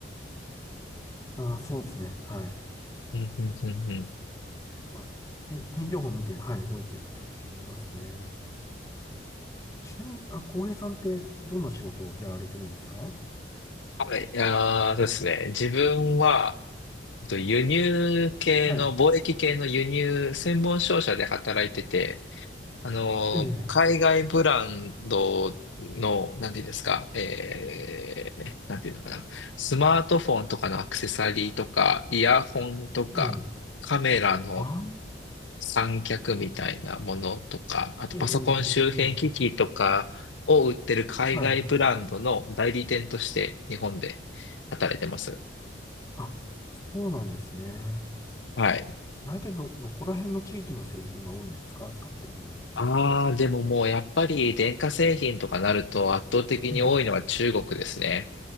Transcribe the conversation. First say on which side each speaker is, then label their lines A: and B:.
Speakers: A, on the left (about 15°); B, on the left (about 80°).
A: ああ、そうですね。はい。
B: うん、うん、うん、うん。
A: まあ、て天気予報見て、はい、動いてる人たちもいますね。ちなみに、あ、浩平さんってどんな仕事をやられてるんですか
B: はい、あー、そうですね。自分は、えっと輸入系の、
A: はい。
B: 貿易系の輸入専門商社で働いてて、あのー、
A: ええ、
B: 海外ブランドの、なんていうんですか、えー、なんていうのかな、スマートフォンとかのアクセサリーとか、イヤホンとか、
A: ええ、
B: カメラの
A: ああ、
B: 三脚みたいなものとか、あとパソコン周辺機器とかを売ってる海外ブランドの代理店として日本で働いてます。
A: ええ、ええ、ええ、はい。あ、そうなんですね。
B: はい。
A: 大体ど、どこら辺の地域の製品が多いんですか使ってるものって。
B: ああ、でももうやっぱり電化製品とかなると圧倒的に多いのは中国ですね。
A: ええ。